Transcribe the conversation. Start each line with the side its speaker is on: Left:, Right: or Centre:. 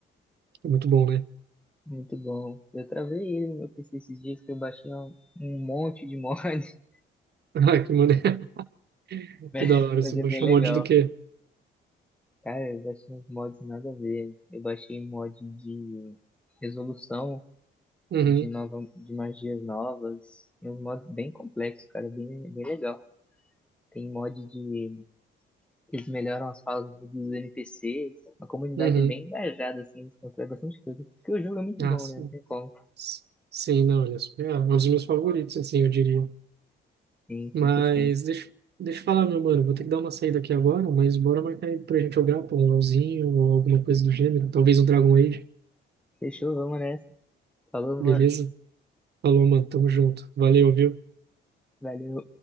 Right: É muito bom, né? <laughs>
Centre: Muito bom. Eu travei ele no meu PC esses dias que eu baixei um um monte de mod, <laughs>
Right: Ah, que maneiro, <laughs>
Centre: né?
Right: que da hora,
Centre: Mas
Right: você
Centre: é
Right: vai
Centre: bem
Right: chamar
Centre: legal.
Right: de do quê?
Centre: Cara, eu baixei uns mods nada a ver. Eu baixei mod de resolução,
Right: Uhum,
Centre: de nova, de magias novas. E uns mods bem complexos, cara, bem, bem legal. Tem mod de que eles melhoram as falas dos NPCs. A comunidade
Right: uhum.
Centre: é bem engajada, assim, eles constroem bastante coisa. Porque o jogo é muito
Right: Ah,
Centre: bom,
Right: sim.
Centre: né? Não tem como.
Right: S- Sim, não, olha, é um dos meus favoritos, assim, eu diria.
Centre: Sim,
Right: Mas
Centre: 100%.
Right: deixa, deixa eu falar, meu mano, vou ter que dar uma saída aqui agora, mas bora marcar aí pra gente jogar, pô, um LOLzinho ou alguma coisa do gênero, talvez um Dragon Age,
Centre: Fechou, vamos nessa. Falou,
Right: beleza?
Centre: mano.
Right: Falou, mano. Tamo junto. Valeu, viu?
Centre: Valeu.